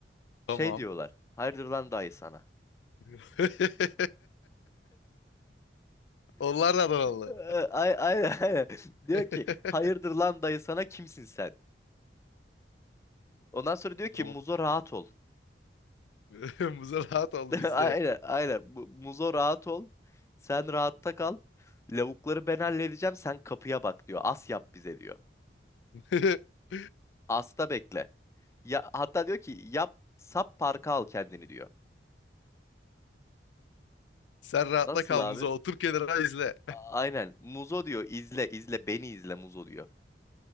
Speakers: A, on the left; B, on the left.
A: Tamam.
B: Şey diyorlar. Hayırdır lan dayı sana.
A: <laughs> Onlar da Adanalı.
B: Ee, ay- Aynen aynen. <laughs> Diyor
A: <laughs>
B: ki hayırdır lan dayı sana kimsin sen? Ondan sonra diyor ki
A: Tamam.
B: Muzo rahat ol.
A: <laughs> Muza rahat ol
B: <laughs>
A: bizde.
B: Aynen aynen. Bu- Muzo rahat ol. Sen rahatta kal. Lavukları ben halledeceğim. Sen kapıya bak diyor. As yap bize diyor.
A: <laughs>
B: Asta bekle. Ya, hatta diyor ki yap sap parka al kendini diyor.
A: Sen rahatla
B: Nasıl
A: kal
B: abi?
A: Muza. Otur kenara izle.
B: Aynen. Muzo diyor. izle izle beni izle Muzo diyor.